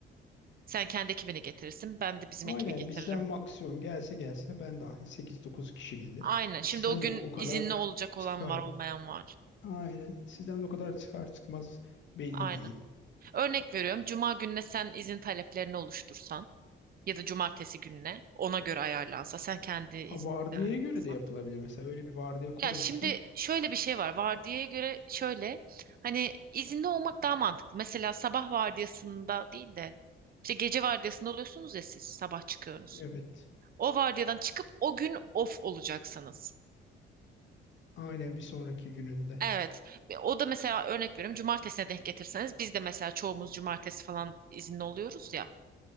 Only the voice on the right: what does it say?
Sen kendi ekibini getirirsin, ben de bizim
ekibi getiririm.
Aynen. Şimdi
o gün
izinli olacak
olan var, olmayan var.
Aynen.
Örnek veriyorum. Cuma gününe sen izin taleplerini oluştursan. ya da cumartesi gününe ona göre ayarlansa sen kendi iznini
de ayarlasan.
Ya şimdi
şöyle bir şey var vardiyaya göre şöyle hani izinli olmak daha mantıklı. Mesela sabah vardiyasında değil de işte gece vardiyasında oluyorsunuz ya siz sabah çıkıyorsunuz.
O vardiyadan çıkıp o gün off olacaksınız.
Evet. Ve O da mesela örnek veriyorum cumartesine denk getirseniz biz de mesela çoğumuz cumartesi falan izinli oluyoruz ya.